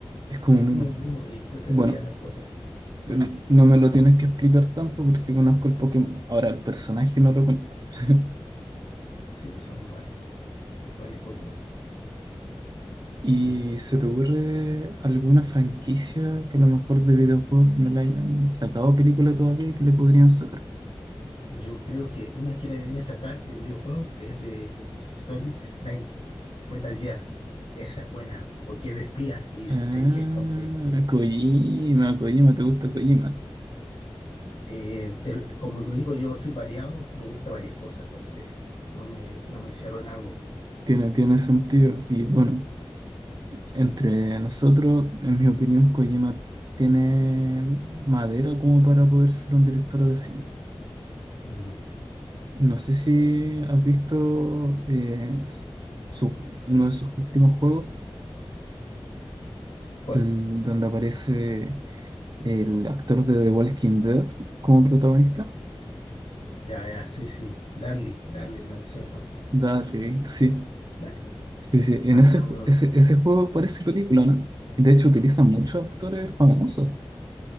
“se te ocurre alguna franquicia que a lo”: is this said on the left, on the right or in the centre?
Right